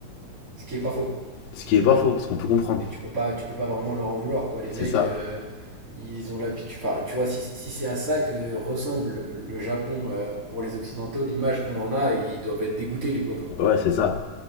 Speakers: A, on the right; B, on the left.
A: ce qui est pas faux.
B: Ce qui est pas faux, ce qu'on peut comprendre.
A: Et tu peux pas, tu peux pas vraiment leur en vouloir, quoi. Les
B: C'est
A: mecs,
B: ça.
A: euh, ils ont l'habitude. Enfin, tu vois, si, si c'est à ça que ressemble le Japon, euh, pour les Occidentaux, l'image qu'on en a, ils doivent être dégoûtés, les pauvres.
B: Ouais, c'est ça.